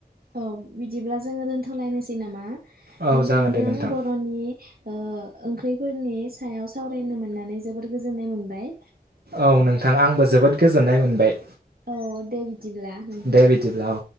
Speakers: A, on the right; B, on the right.
A: औ बिदिब्ला जोङो दोनथ'लायनोसै नामा
B: औ
A: नोंथांजों
B: जागोन दे नोंथां
A: बर'नि ओंख्रिफोरनि सायाव सावरायनो मोननानै जोबोद गोजोननाय मोनबाय।
B: औ नोंथां आंबो जोबोद गोजोननाय मोनबाय
A: औ दे। बिदिब्ला होनथ
B: दे बिदिब्ला औ